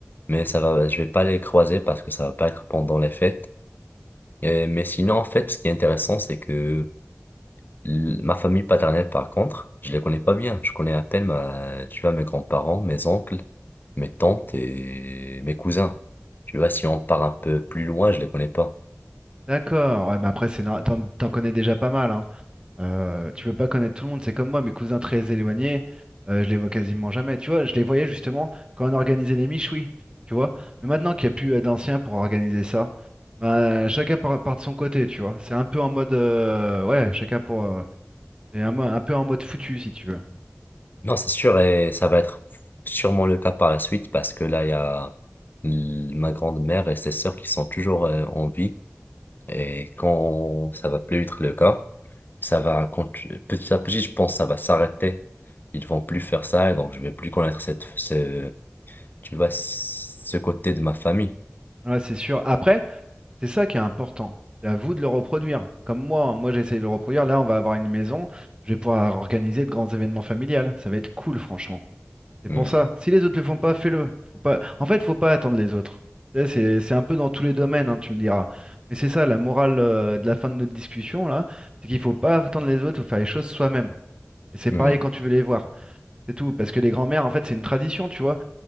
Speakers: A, on the left (about 45°); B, on the right (about 20°).
A: Mais ça va, je vais pas les croiser parce que ça va pas être pendant les fêtes. Euh, mais sinon, en fait, ce qui est intéressant, c'est que l- ma famille paternelle, par contre, je les connais pas bien. Je connais à peine ma, tu vois, mes grands-parents, mes oncles, mes tantes et mes cousins. Tu vois, si on part un peu plus loin, je les connais pas.
B: D'accord, ouais, mais après, c'est nor- t'en, t'en connais déjà pas mal, hein. Euh, tu peux pas connaître tout le monde, c'est comme moi, mes cousins très éloignés, euh, je les vois quasiment jamais. Tu vois, je les voyais justement quand on organisait les miches, oui, tu vois. Mais maintenant qu'il n'y a plus euh, d'anciens pour organiser ça, bah, chacun part, part de son côté, tu vois. C'est un peu en mode, euh, ouais, chacun pour, euh, c'est un, mo- un peu en mode foutu, si tu veux.
A: Non, c'est sûr, et ça va être sûrement le cas par la suite parce que là, il y a l- ma grande-mère et ses sœurs qui sont toujours euh, en vie. Et quand ça va plus être le cas, ça va continuer. Petit à petit, je pense, que ça va s'arrêter. Ils vont plus faire ça et donc je vais plus connaître cette, ce, tu vois, ce côté de ma famille.
B: Ouais, c'est sûr. Après, C'est ça qui est important. C'est à vous de le reproduire. Comme moi, hein, moi j'ai essayé de le reproduire. Là, on va avoir une maison. Je vais pouvoir organiser de grands événements familiales. Ça va être cool, franchement. C'est
A: Hmm.
B: pour ça. Si les autres le font pas, fais-le. Faut pas... En fait, faut pas attendre les autres. Tu sais, C'est c'est un peu dans tous les domaines, hein, tu me diras. Mais c'est ça, la morale euh, de la fin de notre discussion, là, c'est qu'il faut pas attendre les autres, faut faire les choses soi-même. Et c'est
A: Hmm.
B: pareil quand tu veux les voir. C'est tout. Parce que les grands-mères, en fait, c'est une tradition, tu vois.